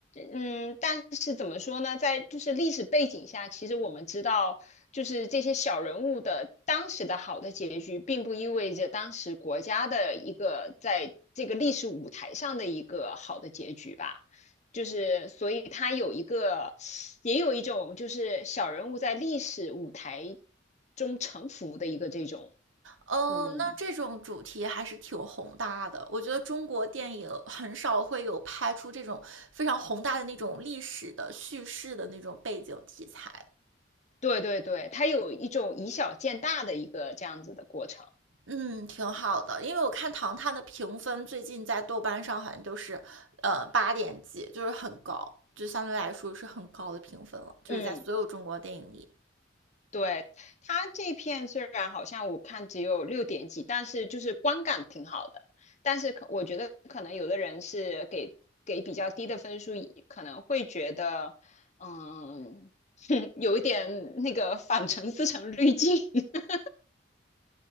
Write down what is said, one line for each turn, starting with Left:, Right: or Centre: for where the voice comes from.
Left: 嗯，但是怎么说呢，在就是历史背景下，其实我们知道，就是这些小人物的当时的好的结局，并不意味着当时国家的一个在这个历史舞台上的一个好的结局吧。就是，所以它有一个，也有一种就是小人物在历史舞台中沉浮的一个这种，
Right: 哦，
Left: 嗯。
Right: 那这种主题还是挺宏大的。我觉得中国电影很少会有拍出这种非常宏大的那种历史的叙事的那种背景题材。
Left: 对对对，它有一种以小见大的一个这样子的过程。
Right: 嗯，挺好的，因为我看《唐探》的评分最近在豆瓣上好像都是，呃，八点几，就是很高，就相对来说是很高的评分了，就是在所有中国电影里。
Left: 嗯，对，它这片虽然好像我看只有六点几，但是就是观感挺好的。但是可我觉得可能有的人是给给比较低的分数，可能会觉得，嗯，<laughs> 有一点那个反程思成滤镜。<laughs>